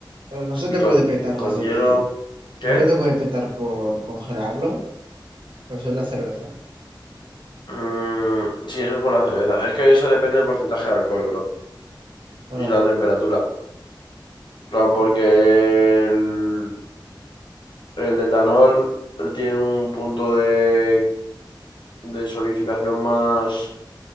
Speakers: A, on the right; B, on the left.
A: Pero no se
B: y
A: te
B: con,
A: puede petar
B: con
A: las
B: hielo.
A: botellas.
B: ¿Qué?
A: No se te puede petar por congelarlo. O eso es la cerveza.
B: Mm, sí, eso es por la cerveza. Es que eso depende del porcentaje de alcohol, bro,
A: Ah,
B: y la temperatura. En plan, Porque
A: ya.
B: el, el etanol él tiene un punto de de solidificación más,